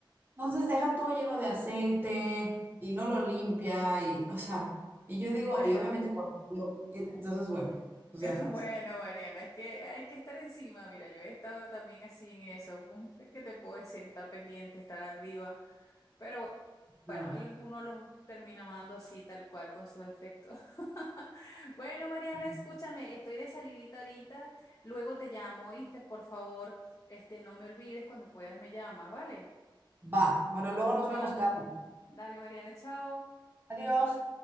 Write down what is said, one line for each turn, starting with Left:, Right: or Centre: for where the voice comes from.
Right: Entonces deja todo lleno de aceite y no lo limpia y, o sea, y yo
Left: Bueno,
Right: digo, y obviamente cuando yo, entonces bueno, pues
Left: <laughs>
Right: ya sabes.
Left: bueno, Mariana, es que hay que estar encima. Mira, yo he estado también así en eso. ¿Qué te puedo decir? Estar pendiente, estar arriba. Pero
Right: No,
Left: Bueno, uno los termina amando así, tal cual, con sus efectos. <laughs> Bueno, Mariana,
Right: no.
Left: escúchame, estoy de salidita ahorita. Luego te llamo, ¿oíste? Por favor, este, no me olvides cuando puedas me llamas, ¿vale?
Right: Va, bueno, luego nos vemos,
Left: Va.
Right: Carlos.
Left: Dale, Mariana, chao.
Right: Adiós.